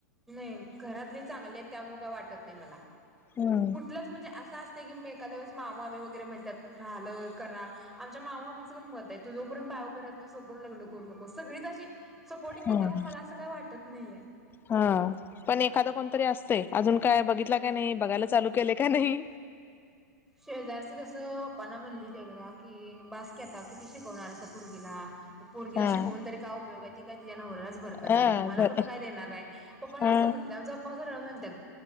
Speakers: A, in the centre; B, on the left.
A: नाही घरातले चांगले आहेत त्यामु कां वाटत नाही मला.
B: हम्म.
A: तिलंच म्हणजे असं असते की मी एका दिवस मामामी वगैरे म्हणतात राहिलं करा. आमच्या मामा आम्चं पण मत आहे तु जो पण पाय उभे राहत सोपरून लग्न करू नको सगळीचशी सपोर्टिंग आहे
B: हम्म
A: त्यामुळे मला असं काही वाटत नाहीये
B: हा पण एखादं कोणतरी असते अजून काय बघितला काय नाही बघायला चालू केले का नाही
A: शेजारची तसं प्पांना म्हणली तेवा कि बाासकीे आता किती शिकवणार अस पर्गीला पुढीला
B: हा
A: शिकून तरी काय उयोग त काय तिना भ
B: हा
A: तुमला
B: बर
A: कु काण
B: हा
A: कस म्हणतात